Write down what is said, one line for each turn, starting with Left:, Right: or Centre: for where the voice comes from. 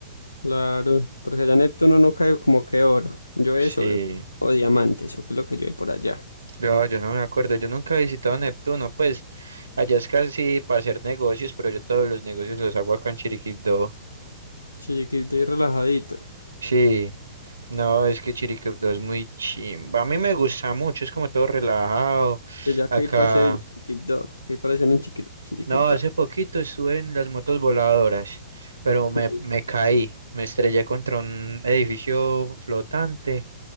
Left: Claro, porque allá Neptuno no cae como que oro. Yo
Right: Sí,
Left: es oro. O diamantes eso que es lo que yo por allá.
Right: yo, yo no me acuerdo, yo nunca he visitado Neptuno, pues allá es casi para hacer negocios, pero yo todos los negocios los hago acá en Chiriquipdo.
Left: Chiriquipto y relajadito.
Right: Sí, no, es que Chiriquipdo es muy chimba. A mí me gusta mucho, es como todo relajado.
Left: Y allá
Right: Acá.
Left: que hay para hacer en Chiriquipto. ¿Qué hay para hacer en Chiqui- Chiriquipto?
Right: No, hace poquito estuve en las motos voladoras, pero me,
Left: Sí.
Right: me caí, me estrellé contra un edificio flotante